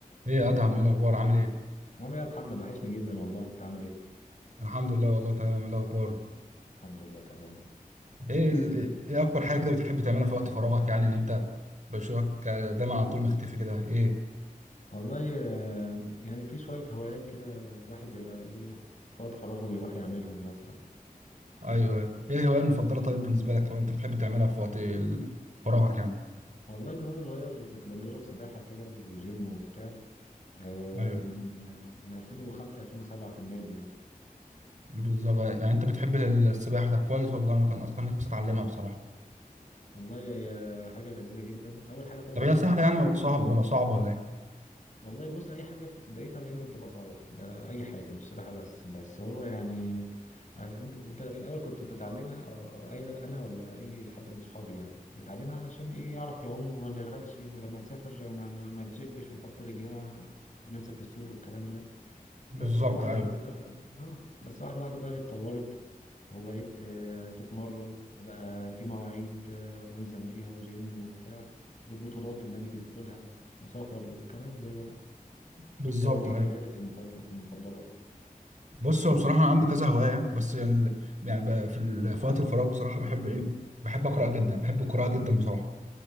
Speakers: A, on the right; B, on the left.
A: ايه يا ادهم ايه الاخبار عامل ايه
B: عامل ايه يا محمد وحشني جدا والله انت عامل ايه
A: الحمد لله والله تمام ايه الاخبار
B: الحمد لله تمام
A: ايه ال- ايه اكتر حاجه كده بتحب تعملها في وقت فراغك يعني ان انت بشوفك دايما على طول مختفي كده ايه
B: والله آه، يعني في شوية هوايات كده الواحد بيبقى ايه في وقت فراغه بيروح يعملهم مثلا
A: ايوه أيوه. ايه الهوايه المفضله طيب بالنسبه لك او انت بتحب تعملها في وقت ال- فراغك يعني
B: والله من وانا صغير كنت بتدرب سباحة كده وجيم وبتاع آه،
A: ايوه
B: من من 2005 2007 في النادي يعني
A: بالظبط يعني انت بتحب السباحه طب كويس والله انا كان اصلا نفسي اتعلمها بصراحه
B: والله هي حاجة لذيذة جدا أول حاجة طبعا
A: طب هي سهله يعني ولا صعبه ولا صعبه ولا ايه
B: والله بص اي حاجه في بدايتها دايما بتبقى صعبه ده اي حاجه مش سباحه بس بس هو يعني آه، انت انت في الاول كنت بتتعلمها او, أو أي انا ولا اي حد من صحابي يعني بيتعلمها علشان ايه يعرف يعوم وما نغرقش ولما نسافر ما, ما, ما نشبش ونحط رجلنا ونمسك في السور والكلام ده
A: بالظبط
B: بس واحده
A: ايوه
B: واحده بقى اه بس واحده واحده بقى اتطورت وبقيت آه، تتمرن وبقى في مواعيد آه، ملزم بيها وجيم وبتاع وبطولات النادي بيدخلها وسفر وكلام زي ده بقى
A: بالظبط
B: انت قول لي ايه
A: ايوه
B: هواياتك المفضله المفضله اصلا
A: بص هو بصراحة أنا عندي كذا هواية بس يعني ال- يعني بقى في ال- في وقت الفراغ بصراحة بحب إيه بحب أقرأ جدا بحب القراءة جدا بصراحة